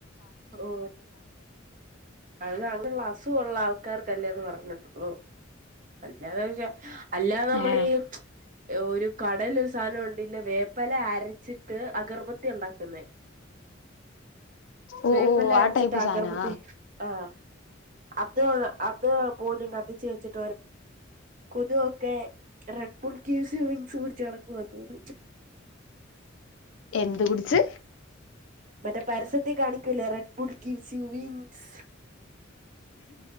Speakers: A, on the right; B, on the left.
A: ഓ അത് അങ്ങനുള്ള അസുഖ ഉള്ള ആൾക്കാർക്ക് ക്കല്ലേത് പറഞ്ഞിട്ടുള്ളൂ അല്ലാതെ അല്ലാതെ നമ്മള്‌
B: ഏ
A: ഈ ഒരു കടേല് ഒരു സാധനം ഉണ്ടെങ്കില് <unintelligible> വേപ്പെല അരച്ചിട്ട് അഗർബത്തി ഉണ്ടാക്കുന്നേ
B: ഓ
A: വേപ്പല്ല
B: ഓ ആ
A: അരച്ചിട്ട്
B: ടൈപ്പ്
A: അകർബത്തി
B: സാധനാ
A: ആഹ് അത്ത് അത് പോയി കത്തിച്ച് വചിട്ട <unintelligible> കൊത് കൊക്കെ റെഡ് ബുൾക്കേസി വിങ്സ് കുടിച്ച ണക്ക്വ വന്നത്
B: എന്ത് കുടിച്ച്
A: മറ്റേ പരസ്യത്തി കാണിക്കൂല്ലേ Red Bull gives you wings